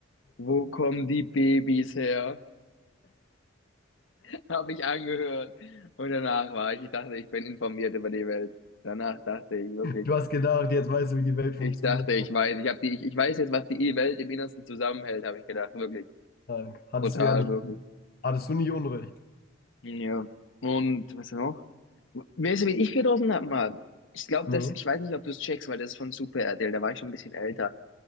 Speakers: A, on the left; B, on the left.
A: Wo kommen die Babys her? <laughs> Habe ich angehört. Und danach war ich, ich dachte, ich bin informiert über die Welt. Danach dachte ich wirklich,
B: Du hast gedacht, jetzt weißt du, wie die Welt funktioniert.
A: ich dachte, ich weiß, ich habe die, ich, ich weiß jetzt, was die Welt im Innersten zusammenhält, habe ich gedacht, wirklich.
B: Dank. Hattest
A: Brutal,
B: du ja nicht,
A: wirklich.
B: hattest du nicht Unrecht.
A: Ja. Und was noch? Weißt du, wen ich getroffen habe, Mann? Ich glaube,
B: Nee.
A: das, ich weiß nicht, ob du es checkst, weil das ist von Super RTL, da war ich schon ein bisschen älter.